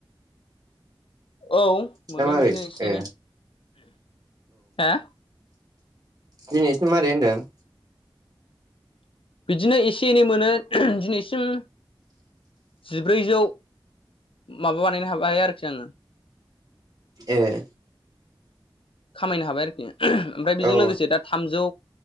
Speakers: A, on the left; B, on the right.
A: औ मोनो
B: ना मारै
A: बिदिनो एसे-एनै
B: ए
A: हा।
B: दिनै एसे मारै होनदों?
A: बिदिनो एसे- एनै मोनो दिनैसिम जिब्रैजौ। माबा बानायनो हाबाया आरोखि आङो।
B: ए।
A: खामायनो हाबाय आरोखि ओमफ्राय बेजों
B: औ
A: लोगोसे दा थामजौ।